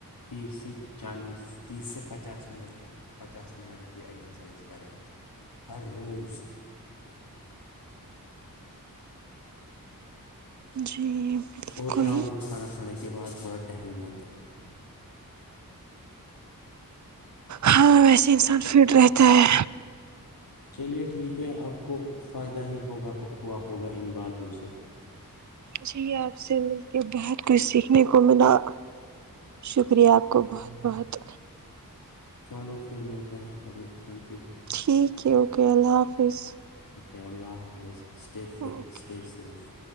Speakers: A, on the left; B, on the right.
A: تیس سے چالیس تیس سے پچاس منٹ کی پچاس منٹ کی ایگزرسائز کریں ہر روز
B: جی بالکل
A: اور شام کو کھانا کھانے کے بعد تھوڑا ٹہلنا چاہیئے
B: ہاں ویسے انسان فٹ رہتا ہے
A: چلیے ٹھیک ہے آپ کو فائدہ ہی ہوگا ہوا ہوگا ان باتوں سے
B: جی آپ سے مل کے بہت کچھ سیکھنے کو ملا شکریہ آپ کو بہت بہت
A: چلو پھر ملتے ہیں کبھی تھینک یو
B: ٹھیک ہے اوکے اللہ حافظ
A: اوکے اللہ حافظ stay fit
B: okay
A: stay safe